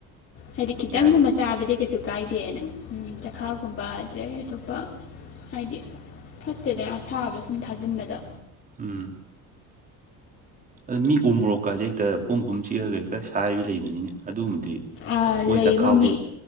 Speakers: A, on the left; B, on the right.
A: ꯍꯥꯏꯗꯤ ꯈꯤꯇꯪꯒꯨꯝꯕ
B: ꯌꯥꯏ
A: ꯆꯥꯕꯗꯤ ꯀꯩꯁꯨ ꯀꯥꯏꯗꯦꯅ ꯎꯝ ꯆꯈꯥꯎꯒꯨꯝꯕ ꯑꯗꯩ ꯑꯇꯣꯞꯄ ꯍꯥꯏꯗꯤ ꯐꯠꯇꯦꯗ ꯑꯁꯥꯕ ꯁꯨꯝ ꯊꯥꯖꯤꯟꯕꯗꯣ
B: ꯎꯝ ꯑꯗꯨ ꯃꯤ ꯎꯃꯣꯛꯀꯥꯖꯦ ꯍꯦꯛꯇ ꯄꯨꯝ ꯄꯨꯝ ꯆꯤꯛꯑꯒ ꯍꯦꯛꯇ ꯁꯥꯏꯕꯤ ꯂꯩꯕꯅꯤꯅꯦ ꯑꯗꯨꯒꯨꯝꯕꯗꯤ
A: ꯑꯥ
B: ꯃꯣꯏ
A: ꯂꯩ
B: ꯆꯥꯛꯈꯥꯎꯖꯦ
A: ꯉꯣꯃꯤ